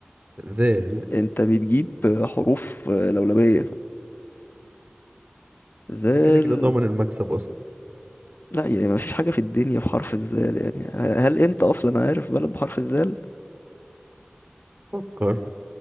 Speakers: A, on the right; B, on the left.
A: ذيل
B: انت بتجيب حروف آه، لولبية زال
A: أنا كده كده ضامن المكسب اصلا
B: لا يعني ما فيش حاجة في الدنيا بحرف الزال يعني هل انت اصلا عارف بلد بحرف الزال
A: فكر